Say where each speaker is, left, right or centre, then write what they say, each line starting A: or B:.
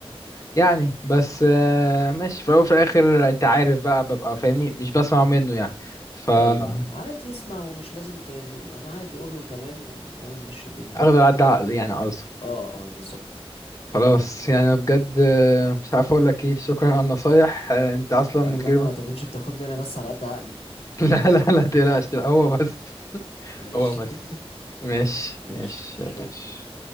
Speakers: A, on the left; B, on the left.
A: يعني بس آه، ماشي في الاول وفي الاخر انت عارف بقى ببقى فاهمني مش بسمع منه يعني فا
B: ايوه ايوه عادي اسمع ومش لازم ت... يعني عادي قول له تمام وتمام مشي الدنيا
A: اخدر
B: يعني
A: عدى عقلي يعني قصدي
B: اه اه بالظبط
A: خلاص يعني أنا بجد آه، مش عارف اقول لك ايه شكرا على النصايح آه، انت اصلا
B: اتمنى
A: من غير ما
B: ما تكونش بتاخدني انا بس على قد عقلي <laughs>
A: <laughs> لا لا لا تقلقش لا هو بس
B: ماشي
A: هو بس ماشي
B: ماشي
A: ماشي
B: شكرا
A: ماشي